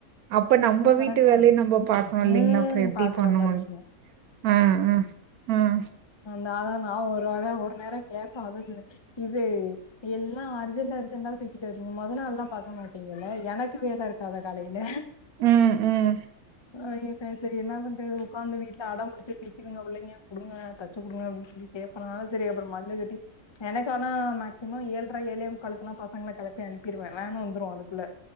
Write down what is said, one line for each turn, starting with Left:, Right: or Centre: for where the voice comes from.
Right: அப்ப நம்ப வீட்டு
Left: பறக்க
Right: வேலைய நம்ம பாக்கணு இல்லைங்களா
Left: ம்
Right: அப்றொ எப்டி
Left: பாக்குற
Right: பண்ணுவாங்
Left: மாரி இருக்கு
Right: ஆ ஆ ஆஹ்
Left: நாதா நா ஒரு வார ஒரு நேரோ கேட்பே அதா சொன்னே இது எல்லா அர்ஜென்டு அர்ஜென்டா தூக்கிட்டு வர்றீங்க மொத நாள்லா பாக்க மாட்டீங்கல்ல எனக்கு வேலருக் காதா காலையில
Right: ம், ம்,
Left: அவிங்க சேர் சேரி என்ன பண்றது உட்காந்து வீட்ல அடம் புடிச்சிட் நிக்கிதுங்க புள்ளைங்க குடுங்க தச்சு குடுங்க அப்டின் சொல்லி ஏப்பனாலு செரி அப்றோ மல்லு கட்டி எனக்கு ஆனா மேக்சிமொ ஏழ்ர ஏழே முக்காலுக்குலா பசங்கள கெளப்பி அனிப்பீருவே வேணு வந்துரூ அதுக்குள்ள